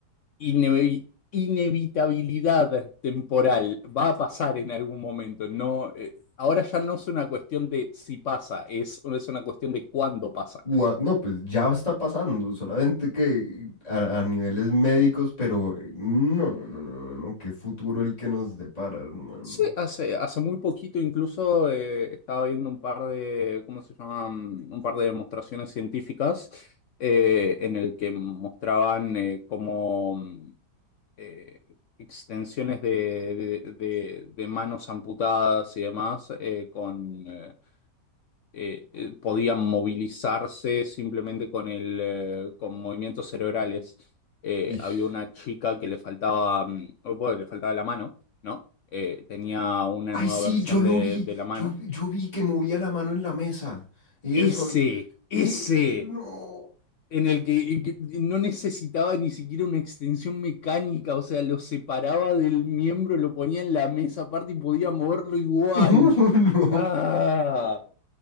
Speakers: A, on the left; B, on the left.
A: inevi- inevitabilidad temporal. Va a pasar en algún momento. No, eh, ahora ya no es una cuestión de si pasa, es, es una cuestión de cuándo pasa.
B: gua- no, pues ya está pasando, solamente que a, a niveles médicos, pero eh, no, no, no, no, no, no, qué futuro el que nos depara, hermano.
A: Sí, hace, hace muy poquito incluso eh, estaba viendo un par de, ¿cómo se llaman? Un par de demostraciones científicas eh, en el que mostraban eh, como mm, eh, extensiones de, de- de- de manos amputadas y demás eh, con, eh, eh, eh, podían movilizarse simplemente con el, eh, con movimientos cerebrales. Eh,
B: Ish.
A: había una chica que le faltaba, mm, oh, bueno, le faltaba la mano, ¿no? Eh, tenía una
B: Ay,
A: nueva
B: sí,
A: versión
B: yo lo
A: de,
B: vi,
A: de la mano.
B: yo, yo vi que movía la mano en la mesa. Ella
A: Ese,
B: sola.
A: ese.
B: ¿Qué? No.
A: en el que, en que no necesitaba ni siquiera una extensión mecánica, o sea, lo separaba del miembro, lo ponía en la mesa aparte y podía moverlo igual.
B: <laughs> No.
A: Ah,